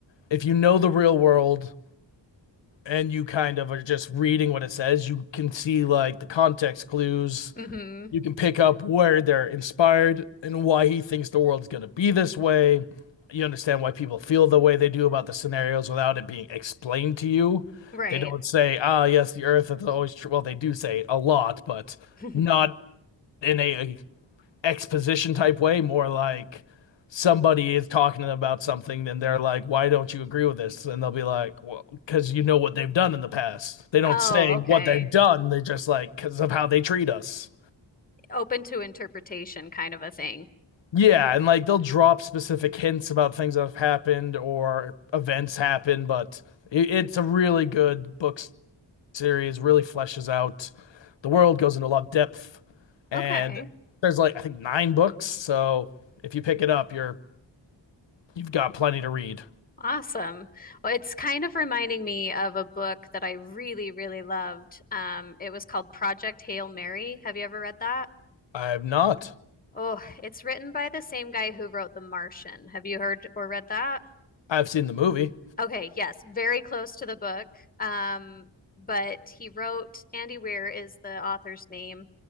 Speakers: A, on the left (about 75°); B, on the left (about 20°).
A: if you know the real world and you kind of are just reading what it says, you can see like the context clues
B: hmm
A: you can pick up where they're inspired and why he thinks the world's going to be this way. You understand why people feel the way they do about the scenarios without it being explained to you.
B: Right.
A: They don't say, "Ah, yes, the Earth is always true." Well, they do say it a lot, but
B: <laughs>
A: not in a exposition type way. More like somebody is talking to them about something, and they're like, "Why don't you agree with this?" And they'll be like, "Well, because you know what they've done in the past." They don't
B: Oh,
A: say
B: okay.
A: what they've done. They're just like, "Because of how they treat us."
B: Open to interpretation kind of a thing.
A: Yeah, and like they'll drop specific hints about things that have happened or events happen, but it, it's a really good book series, really fleshes out the world, goes into a lot of depth, and
B: Okay.
A: there's like I think nine books, so if you pick it up, you're you've got plenty to read.
B: Awesome. Well, it's kind of reminding me of a book that I really, really loved. Um, it was called Project Hail Mary. Have you ever read that?
A: I've not.
B: Oh, it's written by the same guy who wrote The Martian. Have you heard or read that?
A: I've seen the movie.
B: Okay, yes, very close to the book. Um, but he wrote, Andy Weir is the author's name,